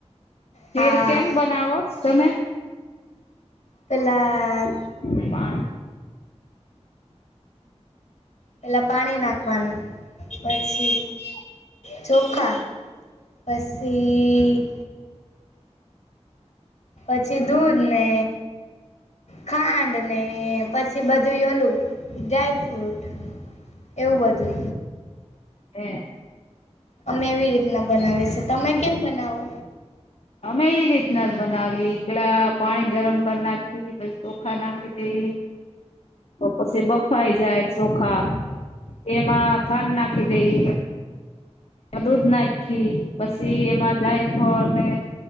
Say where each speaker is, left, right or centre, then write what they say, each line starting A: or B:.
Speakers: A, on the left (about 60°); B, on the left (about 80°).
A: ખીર
B: હા
A: કેમ બનાવો તમે.
B: પેલા.
A: હ.
B: પેલા પાણી નાખવાનું પછી.
A: જી.
B: ચોખા પસી. પછી દૂધ નને ખાંડ નને પછી બધું લું. ડ્રાયફ્રૂટ એવું બધું.
A: હમ.
B: અમે એવી રીતના બનાવીએ છેી તમે કેમ બનાવો.
A: અમે એ રીતના જ બનાવી પેલા પાણી ગરમ કરી નાખી ચોખા નાખી. તો પછી બફાઈ જાય ચોખા તેમાં. ફન નાખી દેઈ દૂધ નાખી. પછી એમાં જાય પણ ને.